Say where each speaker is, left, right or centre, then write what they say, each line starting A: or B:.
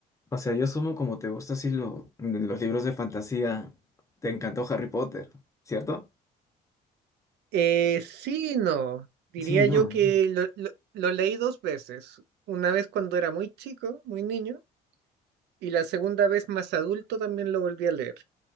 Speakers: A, on the left (about 20°); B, on the right (about 80°).
A: O sea, yo sumo como te gusta así lo- los libros de fantasía, te encantó Harry Potter, ¿cierto?
B: Eh, sí, no, diría
A: Sí, Sí. no.
B: yo que lo, lo- lo leí dos veces, una vez cuando era muy chico, muy niño. Y la segunda vez más adulto también lo volví a leer.